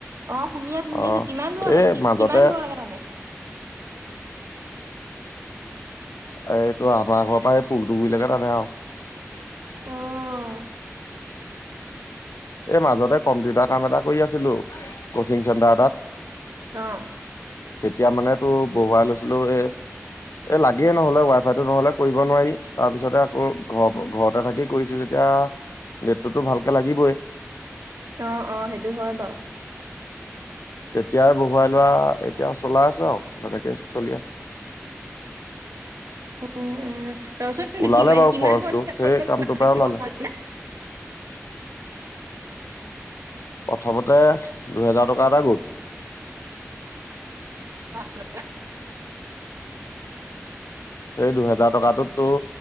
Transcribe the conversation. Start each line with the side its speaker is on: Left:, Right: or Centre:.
Right: অ শুনি আছো শুনি
Left: অ
Right: আছো কিমান দূৰলে
Left: এই
Right: কিম
Left: মাজতে
Right: কিমান দূৰৰ লেকে টানে।
Left: এই তোৰ আমাৰ ঘৰৰ পৰা এই পুলটো গুৰিলৈকে তানে আৰু।
Right: অঁ
Left: এই মাজতে কম্পিউটাৰ কাম এটা কৰি আছিলো কচিং চেণ্টাৰ এটাত।
Right: অঁ
Left: তেতিয়া মানে তোৰ বহুৱাই লৈছিলো এ এ লাগেই নহলে ৱাইফাইটো নহলে কৰিব নোৱাৰি তাৰ পিছতে আকৌ ঘৰ ঘৰতে থাকি কৰিছো যেতিয়া নেট টোতো ভালকে লাগিবই।
Right: অঁ অঁ সেইটো হয় বাৰু
Left: তেতিয়াই বহুৱাই লোৱা এতিয়া চলাই আছো আৰু তেনেকে চলি আছে।
Right: উম উম ৰচোন
Left: ওলালে
Right: কিমা
Left: বাৰু
Right: কিমান
Left: খৰচটো
Right: পইচা
Left: সেই
Right: <unintelligible>
Left: কামটোৰ পৰাই ওলালে প্ৰথমতে দুহেজাৰ টকা এটা গল
Right: <unintelligible>
Left: এই দুহেজাৰ টকাটোত তোৰ